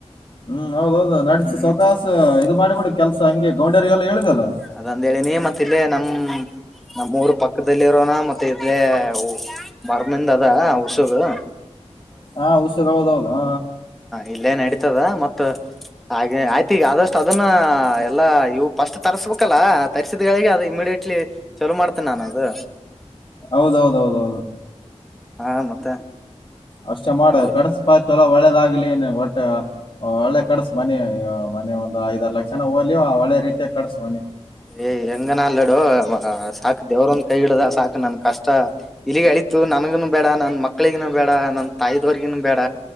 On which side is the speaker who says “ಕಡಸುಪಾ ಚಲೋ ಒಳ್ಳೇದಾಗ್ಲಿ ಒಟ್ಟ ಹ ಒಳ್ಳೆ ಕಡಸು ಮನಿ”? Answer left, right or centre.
Left